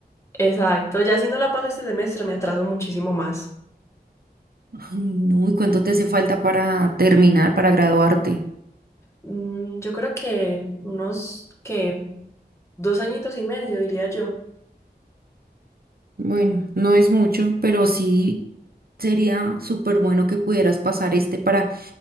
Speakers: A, on the left; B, on the right.
A: Exacto, ya si no la paso este semestre me atraso muchísimo más.
B: Ay, no, ¿y cuánto te hace falta para terminar, para graduarte?
A: Mm, yo creo que unos que dos añitos y medio, diría yo.
B: Bueno, no es mucho, pero sí sería súper bueno que pudieras pasar este para